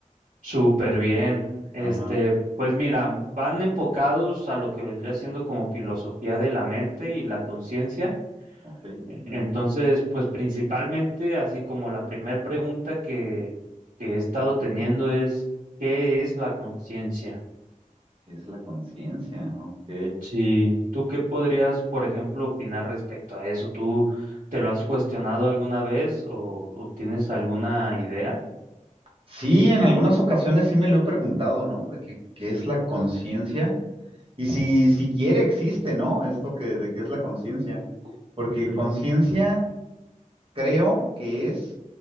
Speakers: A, on the right; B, on the right.
A: Súper bien. Este,
B: Ajá,
A: pues mira, van enfocados a lo que vendría siendo como filosofía de la mente y la conciencia.
B: ok.
A: E-,
B: <laughs>
A: Entonces,
B: Ujú.
A: pues principalmente, así como la primera pregunta que, que he estado teniendo es, ¿qué es la conciencia?
B: ¿Qué es la conciencia? Ok.
A: Sí, ¿tú qué podrías, por ejemplo, opinar respecto a eso? ¿Tú te lo has cuestionado alguna vez o, o tienes alguna idea?
B: Sí, en algunas ocasiones sí me lo he preguntado, ¿no? De qué, qué es la conciencia. Y si siquiera existe, ¿no? Esto que, de qué es la conciencia. Porque
A: Ujú.
B: conciencia Creo que es